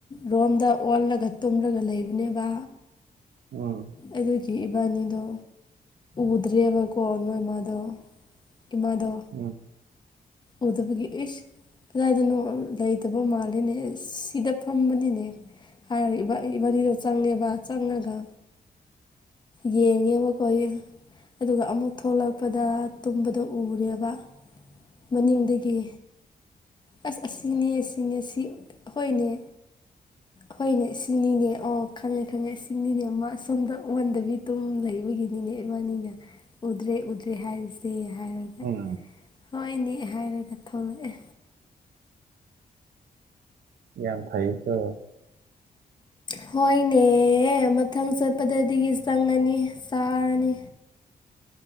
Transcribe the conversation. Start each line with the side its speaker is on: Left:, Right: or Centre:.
Left: ꯔꯣꯝꯗ ꯑꯣꯜꯂꯒ ꯇꯨꯝꯂꯒ ꯂꯩꯕꯅꯦꯕ
Right: ꯑ
Left: ꯑꯗꯨꯒꯤ ꯏꯕꯥꯅꯤꯗꯣ ꯎꯗ꯭ꯔꯦꯕꯀꯣ ꯅꯣꯏ ꯃꯥꯗꯣ ꯏꯃꯥꯗꯣ
Right: ꯎꯝ
Left: ꯎꯗꯕꯒꯤ ꯏꯁ ꯀꯗꯥꯏꯗꯅꯣ ꯂꯩꯇꯕ ꯃꯥꯜꯂꯤꯅꯦ ꯁꯤꯗ ꯐꯝꯕꯅꯤꯅꯦ ꯍꯥꯏꯔꯒ ꯏꯕꯥꯅꯤꯗꯣ ꯆꯪꯉꯦꯕ ꯆꯪꯉꯒ ꯌꯦꯡꯉꯦꯕ ꯍꯣꯏꯌꯦ ꯑꯗꯨꯒ ꯑꯃꯨꯛ ꯊꯣꯛꯂꯛꯄꯗ ꯇꯨꯝꯕꯗ ꯎꯔꯦꯕ ꯃꯅꯤꯡꯗꯒꯤ ꯑꯁ ꯑꯁꯤꯅꯦ ꯑꯁꯤꯅꯦ ꯁꯤ ꯑꯈꯣꯏꯅꯦ ꯍꯣꯏꯅꯦ ꯁꯤꯅꯤꯅꯦ ꯑꯣ ꯈꯪꯉꯦ ꯈꯪꯉꯦ ꯁꯤꯅꯤꯅꯦ ꯃ ꯁꯣꯝꯗ ꯑꯣꯟꯗꯥꯕꯤꯗꯥ ꯇꯨꯝ ꯂꯩꯕꯒꯤꯅꯤꯅꯦ ꯏꯕꯥꯅꯤꯅ ꯎꯗ꯭ꯔꯦ ꯎꯗ꯭ꯔꯦ ꯍꯥꯏꯔꯤꯁꯦ ꯍꯥꯏꯔꯒ
Right: ꯎꯝ
Left: ꯍꯣꯏꯅꯦ ꯍꯥꯏꯔꯒ ꯊꯣꯛꯂꯛꯑꯦ
Right: ꯌꯥꯝ ꯐꯩꯌꯦꯀꯣ
Left: ꯍꯣꯏꯅꯦ ꯃꯊꯪ ꯆꯠꯄꯗꯗꯒꯤ ꯆꯪꯉꯅꯤ ꯆꯥꯔꯅꯤ
Right: <inaudible>